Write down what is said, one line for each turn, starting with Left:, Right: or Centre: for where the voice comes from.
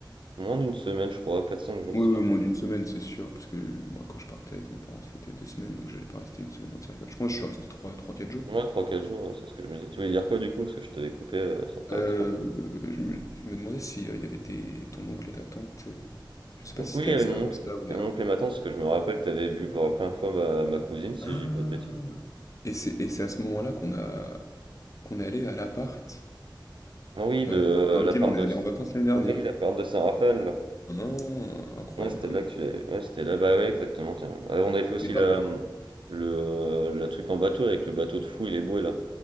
Right: Moins d'une semaine, je crois, quatre cinq jours
Left: Oui,
Right: si
Left: oui,
Right: je
Left: moins
Right: dis
Left: d'une semaine, c'est sûr. Parce que moi, quand je partais avec mes parents, c'était deux semaines, donc j'allais pas rester une semaine entière avec eux. Je pense que je suis resté trois, trois, quatre jours.
Right: ouais, 3-4 jours, ouais, c'est ce que je me dis. Tu voulais dire quoi du coup? Parce que je t'avais coupé, heu, sans faire
Left: Euh,
Right: exprès.
Left: je me, je me demandais si euh, il y avait tes, ton oncle et ta tante. Je sais pas
Right: Donc
Left: si
Right: oui,
Left: c'était
Right: il y
Left: à
Right: avait
Left: ces
Right: mon
Left: vacances-là
Right: oncle, il
Left: où il
Right: y
Left: y
Right: avait
Left: a...
Right: mon oncle et ma tante, parce que je me rappelle que tu avais vu pour la première fois ma, ma cousine, si
Left: Ah!
Right: je dis pas de bêtises.
Left: Et c'est et c'est à ce moment-là qu'on a Qu'on est allé à l'appart,
Right: Ah oui, de
Left: heu,
Right: euh,
Left: dans lequel
Right: la part
Left: on est
Right: de...
Left: allé en vacances l'année dernière.
Right: Oui, la part de Saint-Raphaël, là.
Left: Ah! Incroyable
Right: Ouais, c'était
Left: quand
Right: là
Left: même.
Right: que tu l'avais... Ouais, c'était là, bah ouais, exactement, tiens. Ouais, on avait fait aussi
Left: Mais par
Right: la,
Left: contre
Right: le, euh, la truc en bateau, avec le bateau de fou, il est beau, là.